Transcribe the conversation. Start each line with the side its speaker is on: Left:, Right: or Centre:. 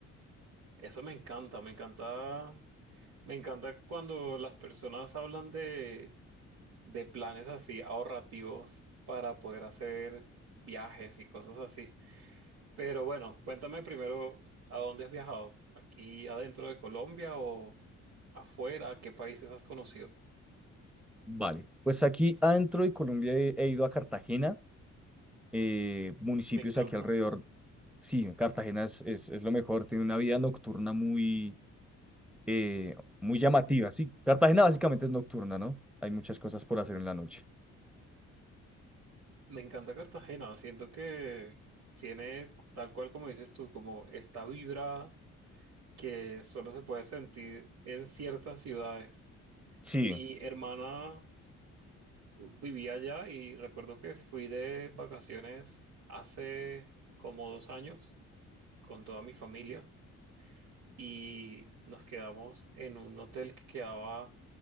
Right: Eso me encanta, me encanta, me encanta cuando las personas hablan de, de planes así ahorrativos para poder hacer viajes y cosas así. Pero bueno, cuéntame primero, ¿a dónde has viajado? ¿Aquí adentro de Colombia o afuera? ¿Qué países has conocido?
Centre: Vale, pues aquí adentro de Colombia he, he ido a Cartagena, eh, municipios
Right: Me encanta.
Centre: aquí alrededor. Sí, Cartagena es, es, es lo mejor, tiene una vida nocturna muy, eh, muy llamativa. Sí, Cartagena básicamente es nocturna, ¿no? Hay muchas cosas por hacer en la noche.
Right: Me encanta Cartagena, siento que tiene, tal cual como dices tú, como esta vibra que solo se puede sentir en ciertas ciudades.
Centre: Sí,
Right: Mi hermana vivía allá y recuerdo que fui de vacaciones hace como dos años con toda mi familia y nos quedamos en un hotel que quedaba